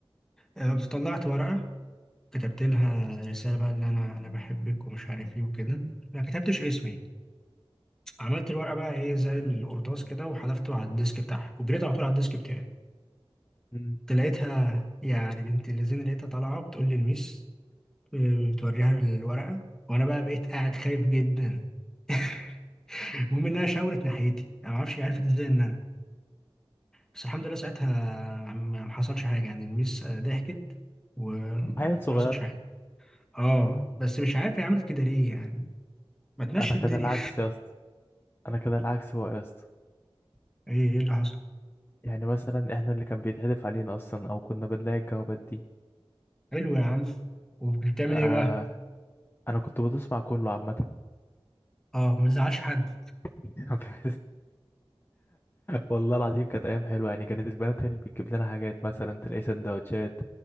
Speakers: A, in the centre; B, on the left.
A: آه، قمت طلعت ورقه كتبت لها رساله بقى ان انا انا بحبك ومش عارف ايه وكده ما كتبتش اسمي عملت الورقه بقى ايه زي القرطاس كده وحذفته على الديسك بتاعها وجريت على طول على الديسك بتاعي
B: مم.
A: لقيتها يعني بنت اللذين لقيتها طالعه بتقول لي الميس آه، بتوريها الورقه وانا بقى بقيت قاعد خايف جدا <laughs> المهم انها شاورت ناحيتي انا ما اعرفش عرفت ازاي ان انا بس الحمد لله ساعتها ما ما حصلش حاجه يعني الميس آه، ضحكت وما
B: عيل صغير
A: ما حصلش حاجه اه
B: مم.
A: بس مش عارف هي عملت كده ليه يعني ما تمشي
B: انا كده
A: الدنيا
B: العكس يا اسطى انا كده العكس بقى يا اسطى
A: <laughs> ايه ايه اللي حصل
B: يعني مثلا احنا اللي كان بيتحدف علينا اصلا او كنا بنلاقي الجوابات دي
A: حلو يا عم وكنت بتعمل
B: آه
A: ايه بقى
B: انا كنت بدوس مع كله عامه
A: اه ما بتزعلش حد
B: <laughs> والله العظيم كانت ايام حلوه يعني كانت البنات هي اللي بتجيب لنا حاجات مثلا تلاقي سندوتشات